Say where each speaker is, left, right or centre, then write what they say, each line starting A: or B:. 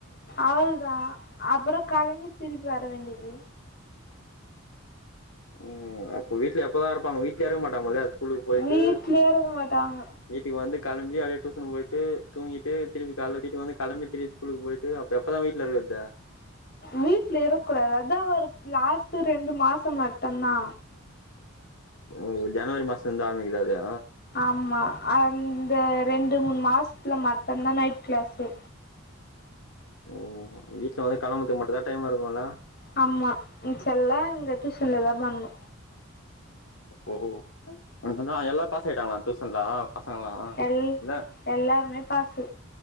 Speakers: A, on the left; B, on the left.
A: அவளதா அப்புறோ கெளம்பி திருப்பி வர வேண்டியது
B: ம் அப்ப வீட்ல எப்பதா இருப்பாங்க வீட்லயே இருக்க மாட்டாங்க போல்தே ஸ்கூலுக்கு போயிட்டு
A: வீட்லயே இருக்க மாட்டாங்க
B: வீட்டுக்கு வந்து களம்பி அப்டியே டியூன் போயிட்டு தூங்கிட்டு திருப்பி கால வீட்டு வந்து களம்பி திருபி ஸ்கூலுக்கு போயிட்டு அப்ப எப்பதா வீட்ல இருக்கறது
A: வீட்ல இருக்கூடாது அதா ஒரு லாஸ்ட்டு ரெண்டு மாசோ மட்டுந்தா
B: ஓ ஜனவரி மாசோ இருந்து ஆரம்பிக்கிறாறு
A: ஆமா அந்த ரெண்டு மூணு மாசத்துல மட்டுந்தா நைட் கிளாஸு
B: ஓ வீட்ல வந்து களம்பறத்துக்கு மட்டுந்தா டைம் இருக்கோல
A: ஆமா மிச்செல்லா இங்க டியூஷன்லதா பண்ணோ
B: ஓஹோ உனக்கென்னா எல்லா பாசாயிட்டாங்களா டூசன்ல பசங்கள்லா
A: எல்
B: இத
A: எல்லாருமே பாசு